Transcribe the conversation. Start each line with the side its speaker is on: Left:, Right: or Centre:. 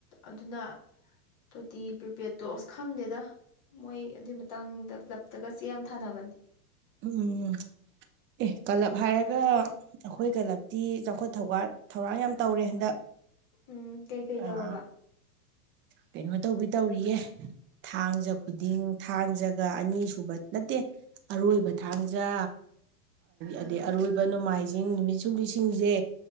Left: ꯑꯗꯨꯅ ꯇꯣꯇꯤ ꯄ꯭ꯔꯤꯄꯦꯠꯇꯣ ꯑꯁ ꯈꯪꯗꯦꯗ ꯃꯣꯏ ꯑꯗꯨꯏ ꯃꯇꯥꯡꯗ ꯄꯂꯞꯇꯒ ꯆꯦ ꯌꯥꯝ ꯊꯥꯅꯕꯅꯤ
Right: ꯎꯝ ꯑꯦ ꯀꯂꯕ ꯍꯥꯏꯔꯒ ꯑꯩꯈꯣꯏ ꯀ꯭ꯂꯂꯕꯇ ꯆꯥꯎꯈꯠ ꯊꯧꯔꯠ ꯊꯧꯔꯥꯡ ꯌꯥꯝ ꯇꯧꯔꯦ ꯍꯟꯗꯛ
Left: ꯎꯝ ꯀꯩꯀꯩ
Right: ꯑꯥ
Left: ꯇꯧꯔꯕ
Right: ꯀꯩꯅꯣ ꯇꯧꯕꯤ ꯇꯧꯔꯤꯌꯦ ꯊꯥꯡꯖ ꯈꯨꯗꯤꯡ ꯊꯥꯡꯖꯒ ꯑꯅꯤꯁꯨꯨꯕ ꯅꯠꯇꯦ ꯑꯔꯣꯏꯕ ꯊꯥꯡꯖꯥ
Left: ꯎꯝ
Right: ꯑꯗꯩ ꯑꯔꯣꯏꯕ ꯅꯣꯡꯃꯥꯏꯖ ꯖꯤꯡ ꯅꯨꯃꯤꯠ ꯁꯨꯡꯕꯤꯁꯤꯡꯁꯦ